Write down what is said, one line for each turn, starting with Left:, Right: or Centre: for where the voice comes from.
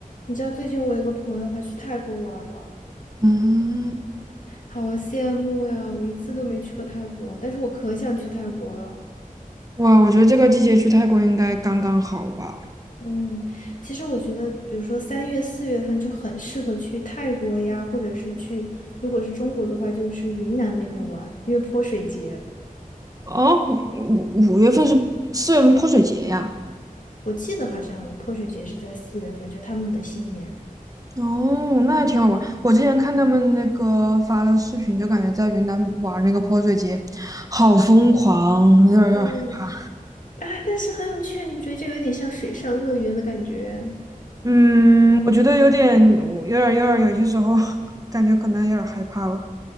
Left: 你知道最近我有个朋友，他去泰国玩儿了，
Right: 嗯，
Left: 好羡慕呀！我一次都没去过泰国，但是我可想去泰国了。
Right: 哇，我觉得这个季节去泰国应该刚刚好吧？
Left: 嗯，其实我觉得，比如说三月、四月份就很适合去泰国呀，或者是去，如果是中国的话，就是云南那边玩，因为泼水节，
Right: 哦，五五月份是四月份泼水节呀。
Left: 我记得好像泼水节是在四月份，就他们的新年。
Right: 哦，那还挺好玩。我之前看他们那个发的视频，就感觉在云南玩那个泼水节，好疯狂，有点儿有点儿害怕。
Left: 嗯，哎，但是很有趣啊，你不觉得这有点像水上乐园的感觉？
Right: 嗯，我觉得有点，有点儿有点儿，有些时候 <laughs> 感觉可能有点儿害怕了。